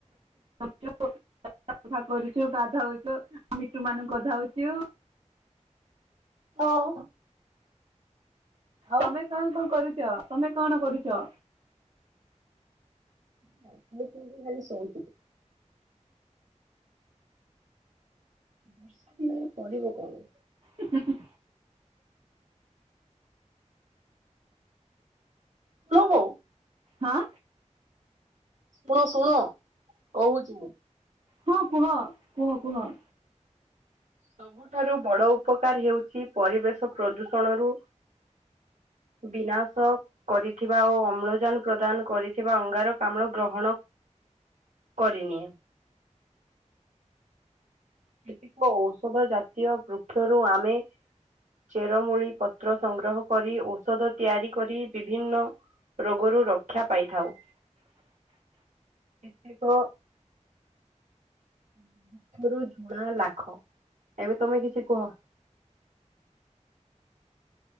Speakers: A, on the right; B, on the right.
A: <inaudible> ସଫା କରୁଛୁ, ଗାଧଉଛୁ, ଆ ମିଟୁ ମାନଙ୍କୁ ଗାଧଉଛୁ।
B: ହଁ। ଆଉ
A: ତମେ
B: ଖାଇ
A: କଣ କଣ କରୁଛ? ତମେ କଣ କରୁଛ?
B: ଖାଇ ପିଇକି ଖାଲି ଶୋଉଛି। ବର୍ଷା ଦିନରେ କରିବ କଣ?
A: ଉଁ ହୁଁ ହୁଁ।
B: ଲୋ ବୋଉ।
A: ହଁ।
B: ଶୁଣ ଶୁଣ କହୁଛି ମୁଁ
A: ସୁଣ ସୁଣ।
B: ସବୁଠାରୁ ବଡ ଉପକାର ହେଉଛି ପରିବେଶ ପ୍ରଦୂଷଣ ରୁ ବିନାଶକ କରିଥିବା ଓ ଅମ୍ଳଜାନ ପ୍ରଦାନ କରିଥିବା ଅଙ୍ଗାରକାମ୍ଳ ଗ୍ରହଣ କରିନିଏ। କେତେକ ଔଷଧ ଜାତୀୟ ବୃକ୍ଷରୁ ଆମେ ଚେରମୂଳି ପତ୍ର ସଂଗ୍ରହ କରି ଔଷଧ ତିଆରି କରି ବିଭିନ୍ନ ରୋଗରୁ ରକ୍ଷା ପାଇଥାଉ।
A: <inaudible>
B: କେତେକରୁ ମୁଳା ଲାଖ ଏବେ ତମେ କିଛି କୁହ।